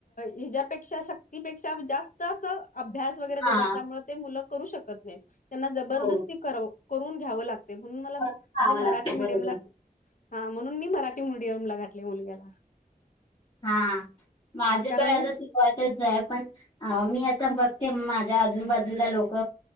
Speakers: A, on the left (about 55°); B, on the left (about 35°).
A: हेच्यापेक्षा शक्तीपेक्षा जास्त असं अभ्यास वगरे देतात,
B: हा
A: त्यामुळं ते मुलं करू शकतात ते. त्यांना जबरदस
B: हो
A: करून घ्यावं लागतंय म्हणून मला म्हजे
B: करून खावं
A: मराठी
B: लागतं
A: मिडीयमला
B: बरोबर
A: हा म्हणून मी मराठी मडियमला घातले मुलग्याला
B: हा माझे
A: कारण
B: प आता सुरुवातच आहे पण अ मी आता बघते माझ्या आजूबाजूला लोक